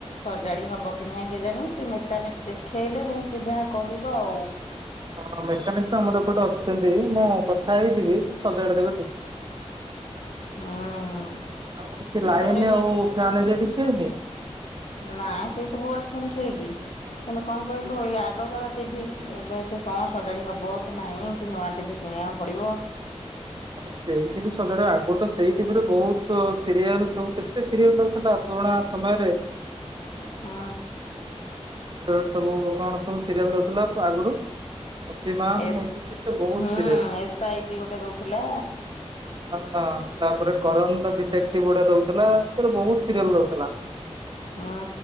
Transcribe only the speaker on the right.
ହଁ ମେକାନିକ୍ ତ ଆମର ଏପଟେ ଅଛନ୍ତି ମୁଁ କଥା ହେଇଯିବି ସେ ସଜାଡ଼ି ଦେବେ ଟିକେ।
ଆଉ କିଛି ଲାଇନ
ଆଉ ଫ୍ୟାନ ହେରିକା କିଛି ହେଇନି?
ନା ସେଇ ଟିଭି ସଜାଡ଼ି ହବ। ଆଗରୁ ତ ସେଇ ଟିଭିରେ ବହୁତ ସିରିଏଲ ସବୁ କେତେ ସିରିଏଲ ଦଉଥିଲା ପୁରୁଣା ସମୟରେ।
ସେତେବେଳେ ସବୁ କଣ ସବୁ ସିରିଏଲ ଦଉଥିଲା ଆଗୁରୁ? ଶକ୍ତିମାନ
ଏଇସବୁ କେତେ ବହୁତ
ସିରିଏଲ।
ହଁ ତାପରେ କରନ୍ ଡିଟେକ୍ଟିଭ ଗୁଡା ଦୋଉଥିଲା। ସେଥିରେ ବୋହୁତ୍ ସିରିଏଲ୍ ଦୋଉଥିଲା।